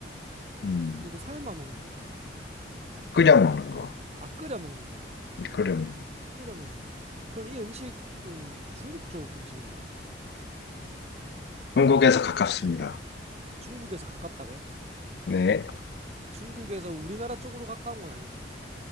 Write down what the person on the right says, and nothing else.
그리고 삶아 먹는 거.
그,
아, 끓여 먹는 거.
끓여 먹는 거. 그럼 이 음식은 중국 쪽 음식인가요?
중국에서 가깝다고요?
중국에서 우리나라 쪽으로 가까운 건 아니잖아요.